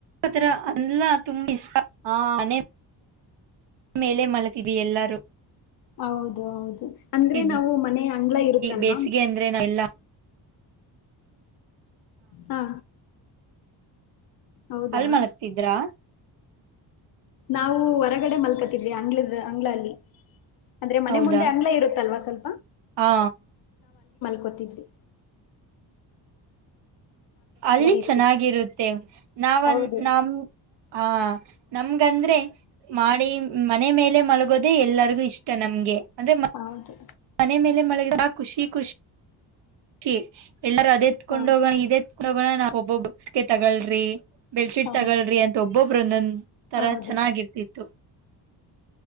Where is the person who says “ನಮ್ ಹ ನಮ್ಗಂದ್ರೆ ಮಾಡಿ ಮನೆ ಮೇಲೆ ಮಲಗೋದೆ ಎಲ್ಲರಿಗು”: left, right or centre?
Right